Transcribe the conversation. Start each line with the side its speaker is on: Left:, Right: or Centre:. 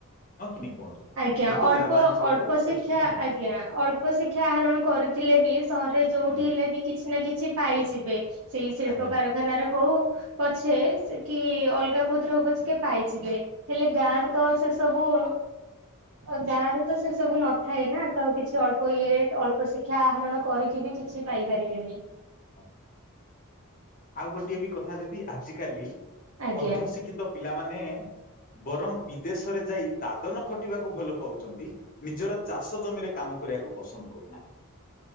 Left: ହଁ କି ନାଇଁ କୁହନ୍ତୁ?
Right: ଆଜ୍ଞା
Left: କିନ୍ତୁ
Right: ଅଳ୍ପ
Left: ଗ୍ରାମାଞ୍ଚଳରେ
Right: ଅଳ୍ପ
Left: ସେ
Right: ଶିକ୍ଷା
Left: ସୁବିଧା ନାହିଁ
Right: ଆଜ୍ଞା ଅଳ୍ପ ଶିକ୍ଷା ଆହରଣ କରି ଥିଲେ ବି ସହରରେ ଯୋଉଠି
Left: ହଁ
Right: ହେଲେ ବି କିଛି ନା କିଛି ପାଇଯିବେ ସେଇ ଶିଳ୍ପକାର
Left: ଆଜ୍ଞା।
Right: ଥାନାରେ ହଉ ପଛେ ସେ କି ଅଲଗା କୋଉଥିରେ ହଉ ପଛେ କି ପାଇଯିବେ। ହେଲେ ଗାଁରେ ତ ସେ ସବୁ ଆ ଗାଁ ରେ ତ ସେ ସବୁ ନଥାଏ ନା ତ କିଛି ଅଳ୍ପ ଇଏରେ ଅଳ୍ପ ଶିକ୍ଷା ଆହରଣ କରିକି ବି କିଛି ପାଇପାରିବେନି।
Left: <unintelligible> ଆଉ ଗୋଟିଏ ବି କଥା ଦିଦି ଆଜିିକାଲି
Right: ଆଜ୍ଞା।
Left: ଅର୍ଦ୍ଧ ଶିକ୍ଷିତ ପିଲାମାନେ ବରଂ ବିଦେଶରେ ଯାଇ ଦାଦନ ଖଟିବାକୁ ଭଲ ପାଉଛନ୍ତି ନିଜର ଚାଷ ଜମିରେ କାମ କରିବାକୁ ପସନ୍ଦ କରୁନାହାନ୍ତି।